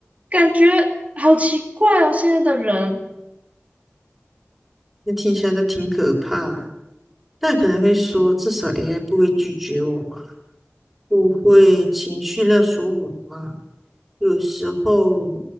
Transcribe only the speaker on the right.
感觉好奇怪哦，现在的人。